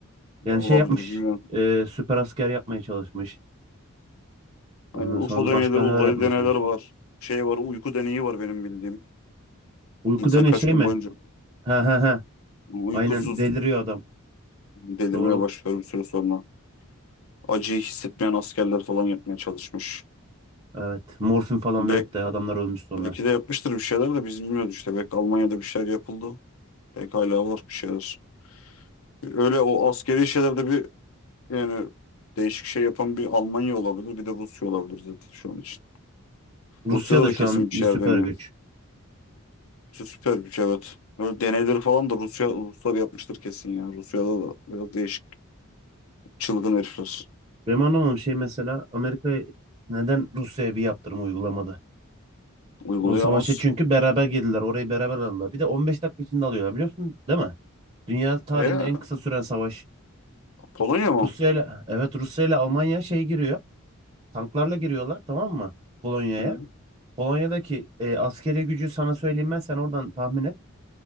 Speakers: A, on the left; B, on the right.
A: Ya
B: Yani
A: olabilir
B: şey yapmış.
A: bilmiyorum.
B: e, süper asker yapmaya çalışmış.
A: Aynen
B: Ondan
A: UFO
B: sonra
A: deneyleri,
B: başka neler
A: uzaylı
B: yapmaya
A: deneyler
B: çalışmış.
A: var. Şey var, uyku deneyi var benim bildiğim.
B: Uyku
A: İnsan
B: denen
A: kaç
B: şey
A: gün
B: mi?
A: boyunca
B: Ha ha ha.
A: uykusuz
B: Aynen deliriyor adam.
A: delirmeye
B: Doğru.
A: başlıyor bir süre sonra. Acıyı hissetmeyen askerler falan yapmaya çalışmış.
B: Evet. Morfin falan
A: Belki,
B: verip de adamlar ölmüş sonra.
A: belki de yapmıştır bir şeyler de biz bilmiyoruz işte. Belki Almanya'da bir şeyler yapıldı. Belki hala var bir şeyler. Öyle o askeri şeylerde bir yani değişik şey yapan bir Almanya olabilir bir de Rusya olabilir zaten şu an için.
B: Rusya
A: Rusya'da
B: da
A: da
B: şu
A: kesin
B: an
A: bir
B: bir
A: şeyler
B: süper
A: dönüyor.
B: güç.
A: Rusya süper güç evet. Böyle deneyleri falan da Rusya Ruslar yapmıştır kesin ya. Rusya'da da biraz değişik çılgın herifler.
B: Benim anlamadığım şey mesela Amerika neden Rusya'ya bir yaptırım uygulamadı?
A: Uygulayamaz.
B: O savaşa çünkü beraber girdiler. Orayı beraber aldılar. Bir de 15 dakika içinde alıyorlar biliyor musun? Değil mi? Dünya tarihinde
A: E
B: en kısa süren savaş.
A: Polonya mı?
B: Rusya ile evet Rusya ile Almanya şey giriyor. Tanklarla giriyorlar tamam mı? Polonya'ya.
A: Hı.
B: Polonya'daki e, askeri gücü sana söyleyeyim ben sen oradan tahmin et.